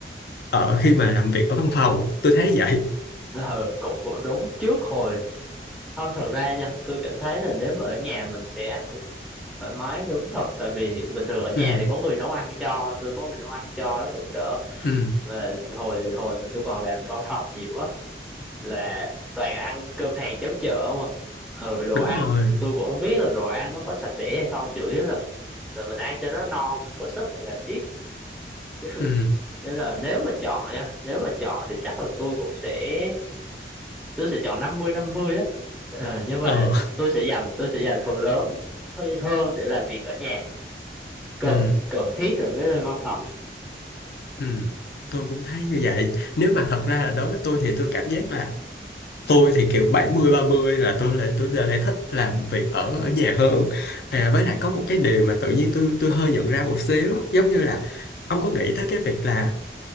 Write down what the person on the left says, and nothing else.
ở khi mà làm việc ở văn phòng tôi thấy vậy
ừ
ừ
đúng
rồi
ừ
ờ
ừ
ừ tôi cũng thấy như vậy nếu mà thật ra là đối với tôi thì tôi cảm giác là tôi thì kiểu bảy mươi ba mươi là tôi lại tôi lại thích làm việc ở ở nhà hơn à, với lại có một cái điều mà tự nhiên tôi tôi hơi nhận ra một xíu giống như là ông có nghĩ tới cái việc là